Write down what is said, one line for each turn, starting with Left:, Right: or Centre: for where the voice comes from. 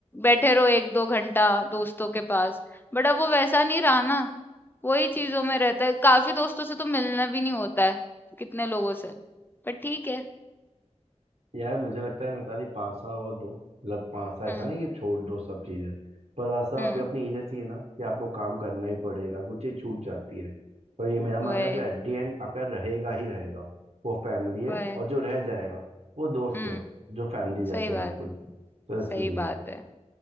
Left: बैठे रहो एक दो घंटा दोस्तों के पास बट अब वो वैसा नहीं रहा ना वही चीजों में रहता है काफी दोस्तों से तो मिलना भी नहीं होता है कितने लोगों से पर ठीक है
Right: यार मुझे लगता है मैं तारी पासा और दो मतलब पासा
Left: हम्म
Right: ऐसा नहीं कि छोड़ दो सब चीजें पर आशा
Left: हम्म
Right: आप अपनी एज ऐसी है ना कि आपको काम करना ही पड़ेगा कुछ चीज छूट जाती है पर ये मेरा मानना
Left: वही
Right: है जो एट दी एंड आपका रहेगा ही रहेगा वो फैमिली है
Left: वही
Right: और जो रह जाएगा वो दोस्त
Left: हम्म
Right: है जो फैमिली जैसे
Left: सही बात
Right: बिल्कुल
Left: है
Right: तो इसलिए
Left: सही बात है